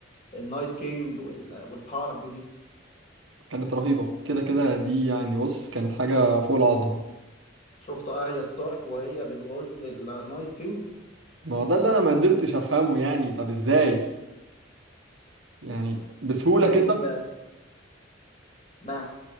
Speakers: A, on the left; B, on the right.
A: النايت كينج وال- والحرب دي
B: كانت رهيبه كده كده دي يعني بص كانت حاجه فوق العظمه
A: شفت اريا ستارك وهي بتغز النايت كينج
B: ما هو ده اللي انا ما قدرتش افهمه يعني طب ازاي يعني بسهوله
A: زي
B: كده
A: ايه بقى ما